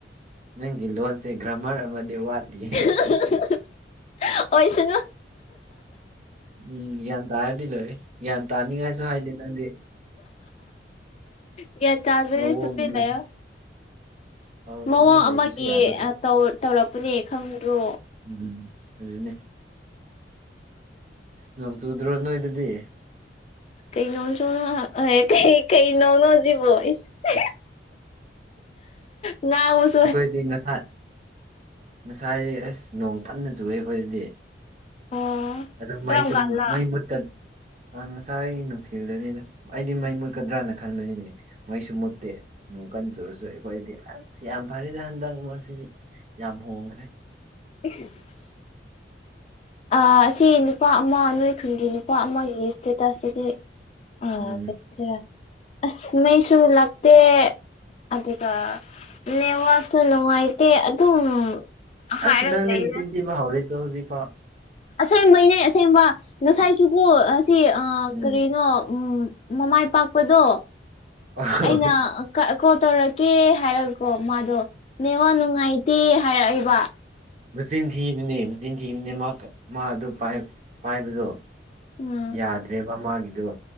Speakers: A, on the right; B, on the left.
A: ꯅꯪꯒꯤ ꯂꯣꯟꯁꯦ ꯒ꯭ꯔꯥꯃꯔ ꯑꯃꯗꯤ ꯋꯥꯠꯂꯤꯌꯦ
B: <unintelligible> ꯑꯣꯏꯁꯅꯨ
A: ꯎꯝ ꯒ꯭ꯌꯥꯟ ꯇꯥꯔꯗꯤ ꯂꯣꯏꯔꯦ ꯒ꯭ꯌꯥꯟ ꯇꯥꯅꯤꯡꯉꯥꯏꯁꯨ ꯍꯥꯏꯗꯦ ꯅꯪꯗꯤ
B: ꯒ꯭ꯌꯥꯟ ꯇꯥꯗ꯭ꯔꯗꯤ
A: ꯃꯑꯣꯡ
B: ꯇꯨꯃꯤꯟ
A: ꯑꯃꯅꯤ
B: ꯂꯩꯌꯣ
A: ꯑꯧ
B: ꯃꯑꯣꯡ
A: ꯇꯨꯃꯤꯟ ꯂꯩꯕꯁꯨ
B: ꯑꯃꯒꯤ
A: ꯌꯥꯗꯕ
B: ꯑ ꯇꯧ ꯇꯧꯔꯛꯄꯅꯦ ꯈꯪꯗ꯭ꯔꯣ
A: ꯎꯝ ꯑꯗꯨꯅꯦ ꯅꯣꯡ ꯆꯨꯗ꯭ꯔꯣ ꯅꯣꯏꯗꯗꯤ
B: ꯏꯁ ꯀꯩꯅꯣꯡ ꯆꯨꯂꯛꯂꯦ ꯀꯩ ꯀꯩ ꯅꯣꯡꯅꯣ ꯁꯤꯕꯨ ꯏꯁ ꯉꯥꯎꯁ
A: ꯑꯩꯈꯣꯏꯗꯤ ꯉꯁꯥꯏ ꯉꯁꯥꯏ ꯑꯩꯁ ꯅꯣꯡ ꯀꯟꯅ ꯆꯨꯏꯌꯦ ꯑꯈꯣꯏꯒꯤꯗꯤ
B: ꯑꯣ
A: ꯑꯗꯨꯝ
B: ꯀꯔꯝ
A: ꯃꯩꯁꯨ
B: ꯀꯥꯟꯗ
A: ꯃꯩ ꯃꯨꯠꯇꯟ ꯑꯥ ꯉꯁꯥꯏ ꯅꯨꯡꯊꯤꯜꯗꯅꯤꯗ ꯑꯩꯗꯤ ꯃꯩ ꯃꯨꯠꯀꯗ꯭ꯔꯅ ꯈꯟꯕꯅꯤꯅꯦ ꯃꯩꯁꯨ ꯃꯨꯠꯇꯦ ꯅꯣꯡ ꯀꯟꯅ ꯆꯨꯔꯁꯨ ꯑꯩꯈꯣꯏꯗꯤ ꯑꯁ ꯁꯤ ꯌꯥꯝ ꯐꯔꯦꯗ ꯍꯟꯗꯛꯃꯔꯛꯁꯤꯗꯤ ꯌꯥꯝ ꯍꯣꯡꯈ꯭ꯔꯦ
B: ꯏꯁ ꯑꯥ ꯑꯁꯤ ꯅꯨꯄꯥ ꯑꯃ ꯅꯣꯏ ꯈꯨꯟꯒꯤ ꯅꯨꯄꯥ ꯑꯃꯒꯤ ꯏꯁꯇꯦꯇꯁꯁꯤꯗꯤ ꯑꯥ
A: ꯎꯝ
B: ꯀꯩꯗꯧꯁꯦꯔꯥ ꯑꯁ ꯃꯩꯁꯨ ꯂꯥꯛꯇꯦ ꯑꯗꯨꯒ ꯅꯦꯠꯋꯥꯛꯁꯨ ꯅꯨꯡꯉꯥꯏꯇꯦ ꯑꯗꯨꯝ ꯍꯥꯏꯔꯒ
A: ꯑꯁ ꯅꯪꯗꯤ
B: ꯂꯩꯗ
A: ꯅꯆꯤꯟ ꯊꯤꯕ ꯍꯧꯔꯦꯗꯣ ꯍꯧꯖꯤꯛꯐꯥꯎ
B: ꯑꯁꯦꯡꯕꯩꯅꯦ ꯑꯁꯦꯡꯕ ꯉꯁꯥꯏꯁꯨꯀꯣ ꯑꯁꯤ
A: ꯎꯝ
B: ꯀꯔꯤꯅꯣ ꯎꯝ ꯃꯃꯥꯏ ꯄꯥꯛꯄꯗꯣ
A: ꯎꯝ
B: ꯑꯩꯅ ꯑꯥ ꯀ ꯀꯣꯜ ꯇꯧꯔꯛꯀꯦ ꯍꯥꯏꯔꯒꯀꯣ ꯃꯥꯗꯣ ꯅꯦꯠꯋꯥꯛ ꯅꯨꯡꯉꯥꯏꯇꯦ ꯍꯥꯏꯔꯛꯏꯕ
A: ꯃꯆꯤꯟ ꯊꯤꯔꯤꯅꯦ ꯃꯆꯤꯟ ꯊꯤꯕꯅꯦ ꯃꯛ ꯃꯥ ꯑꯗꯨ ꯄꯥꯏ ꯄꯥꯏꯕꯗꯣ
B: ꯎꯝ
A: ꯌꯥꯗ꯭ꯔꯦꯕ ꯃꯒꯤꯗꯨ